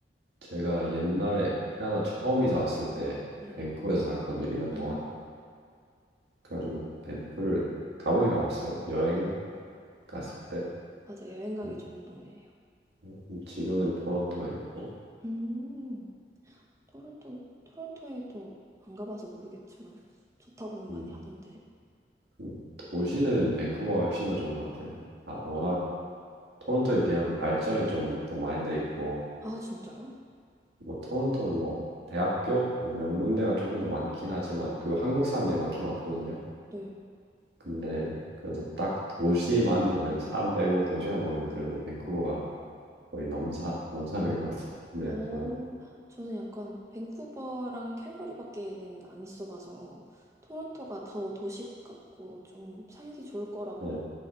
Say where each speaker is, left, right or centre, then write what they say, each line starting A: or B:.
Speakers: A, on the right (about 75°); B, on the right (about 15°).
A: 제가 옛날에 캐나다 처음 이사 왔을 때
B: 네.
A: 밴쿠버에서 살았거든요, 1년
B: 아,
A: 동안. 그래가지고 밴프를 가보긴 가봤어요. 여행 갔을 때
B: 맞아. 여행 가기
A: 음,
B: 좋은 동네예요.
A: 음, 지금은 토론토에 있고
B: 음. 토론토, 토론토에도 안 가봐서 모르겠지만 좋다고는
A: 음,
B: 많이 하던데.
A: 음, 도시는 밴쿠버가 훨씬 더 좋은 것 같아요. 아, 워낙 토론토에 비하면 발전이 좀 더 많이 돼 있고
B: 아, 진짜요?
A: 뭐 토론토는 뭐 대학교 뭐 명문대가 조금 더 많긴 하지만 그 한국 사람들이 많긴 많거든요.
B: 네.
A: 근데 그래도 딱 도시만 보면 사람 빼고 도시만 보면 그래도 밴쿠버가 거의 넘사 넘사벽인 것 같은데요.
B: 어,
A: 저는
B: 저는 약간 밴쿠버랑 캘거리밖에는 안 있어봐서 토론토가 더 도시 같고 좀 살기 좋을 거라고
A: 네.